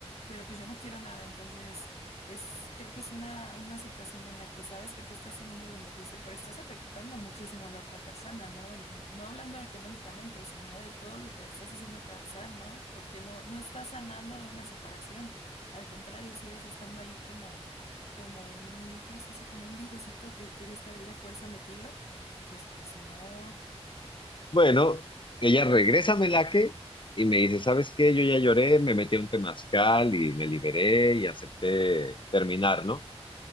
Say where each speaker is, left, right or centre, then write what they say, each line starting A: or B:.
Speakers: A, on the left; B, on the left.
A: pero pues yo no quiero nada. Entonces, es, creo que es una, una situación en la que sabes que tú estás teniendo el beneficio, pero estás afectando muchísimo a la otra persona, ¿no? Y no hablando económicamente, sino de todo lo que le estás haciendo causar, ¿no? Porque no, no estás sanando de una separación. Al contrario, sigues estando ahí como como un, ¿cómo se dice? Como un virusito que quiere estar ahí a fuerza metido. Entonces, pues no.
B: Bueno, ella regresa a Melaque y me dice, ¿sabes qué? Yo ya lloré, me metí a un temazcal y me liberé y acepté terminar, ¿no?